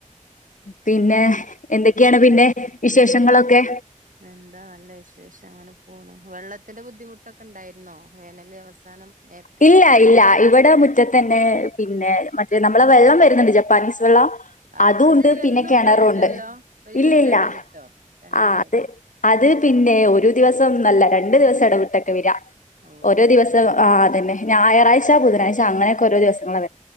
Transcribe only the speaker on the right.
എന്താ നല്ല വിശേഷം അങ്ങനെ പോണു വെള്ളത്തിന്റെ ബുദ്ധിമുട്ടൊക്കെ ഇണ്ടായിരുന്നോ വേനൽ അവസാനം ഏ
ആഹ്
അത്
എന്നും
വരൂലല്ലോ ഒരു
ദിവസം ഇടവിട്ടോ രണ്ട്
ദിവസം
ഓഹ്
അത്
ശരി